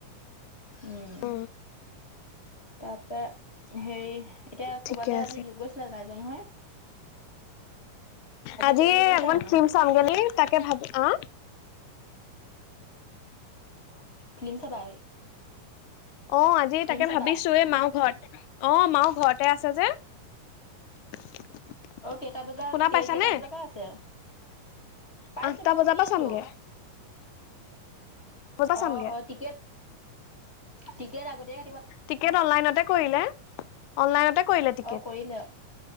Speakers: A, on the left (about 20°); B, on the left (about 75°).
A: উম'
B: উম'
A: তাপা হেৰি এতিয়া
B: ঠিকে
A: ক'বালে
B: আছে
A: আজি গৈছিলা নাই যোৱা নহয়?
B: আজি
A: ক'বালৈ গৈছিলা
B: অকমান
A: জানো
B: ফিল্ম চামগে নি তাকে ভাবো, আঁ'
A: ফিল্ম চাবাগে।
B: অঁ' আজি তাকে
A: চাবা
B: ভাবিছো এ মায়ো ঘৰত অঁ' মায়ো ঘৰতে আছে যে। <inaudible>
A: অ' কেইটা বজাত
B: শুনা পাইছানে
A: কেইটা বজাৰ পৰা আছে? পাইছো
B: আঠটা
A: মই
B: বজাৰ
A: শুনি
B: পৰা
A: আছোঁ।
B: চামগে। বজাৰ
A: অ'
B: চামগে
A: অ' টিকেট, টিকেট আগতীয়া
B: টিকেট অনলাইনতে কৰিলা? অনলাইনতে কৰিলে টিকেট।
A: অ কৰিলে